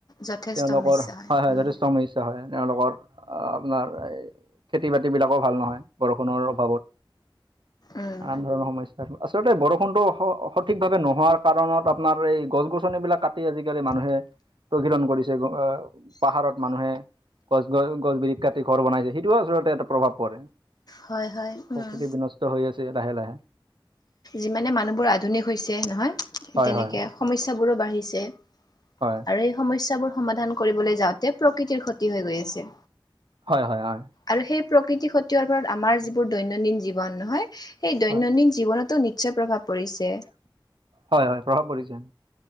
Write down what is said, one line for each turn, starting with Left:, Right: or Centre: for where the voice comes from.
Left: যথেষ্ট
Right: তেওঁলোকৰ
Left: সমস্যা
Right: হয় হয়
Left: উম
Right: যথেষ্ট সমস্যা হয়। তেওঁলোকৰ আপোনাৰ এই খেতি বাতি বিলাকো ভাল নহয় বৰষুণৰ অভাৱত
Left: উম
Right: নানান ধৰণৰ সম আচলতে বৰষুণটো স সঠিকভাৱে নোহোৱাৰ কাৰণত আপোনাৰ এই গছ গছনি বিলাক কাটি আজিকালি মানুহে তহিলং কৰিছে আহ পাহাৰত মানুহে গছ গছ গছ বিৰিখ কাটি ঘৰ বনাইছে সেইটোও আচলতে এটা প্ৰভাৱ পৰে।
Left: হয় হয়। উম
Right: প্ৰকৃতি বিনষ্ট হৈ আছে লাহে লাহে।
Left: যিমানে মানুহবোৰ আধুনিক হৈছে নহয়
Right: হয়
Left: তেনেকে
Right: হয়
Left: সমস্যাবোৰো বাঢ়িছে।
Right: হয়।
Left: আৰু এই সমস্যাবোৰ সমাধান কৰিবলৈ যাওঁতে প্ৰকৃতিৰ ক্ষতি হৈ গৈ আছে।
Right: হয় হয় হয়
Left: আৰু সেই প্ৰকৃতি ক্ষতি হোৱাৰ ফলত আমাৰ যিবোৰ দৈনন্দিন জীৱন নহয় সেই দৈনন্দিন
Right: হয়
Left: জীৱনতো নিশ্চয় প্ৰভাৱ পৰিছে।
Right: হয় হয় প্ৰভাৱ পৰিছে।